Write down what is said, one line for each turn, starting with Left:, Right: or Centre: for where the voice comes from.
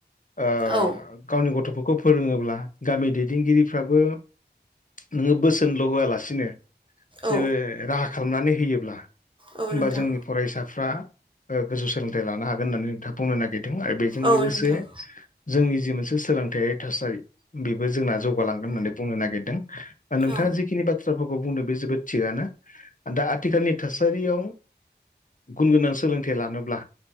Left: ओ
Right: औ
Left: गावनि गथ'फोरखौ खौ फोरोङोब्ला गामि दैदेनगिरिफ्राबो नोङो बोसोनल' होआलासे सिनो जेबो
Right: औ
Left: राहा खालामनानै होयोब्ला
Right: औ
Left: होमबा
Right: नोंथां
Left: जोंनि फरायसाफ्रा ओ गोजौ सोलोंथाइ लानो हागोन होननानै नोंथाङा बुंनो नागिरदों आरो बेजों
Right: औ
Left: लोगोसे
Right: नोंथां
Left: जोंनि जि मोनसे सोलोंथाइयारि थासारि बेबो जोंना जौगालांगोन होननानै बुंनो नागिरदों नोंथाङा
Right: औ
Left: जि बाथ्राफोरखौ बुंनो बे जोबोद थिगनो दा आथिखालनि थासारियाव गुन गोनां सोलोंथाइ लानोब्ला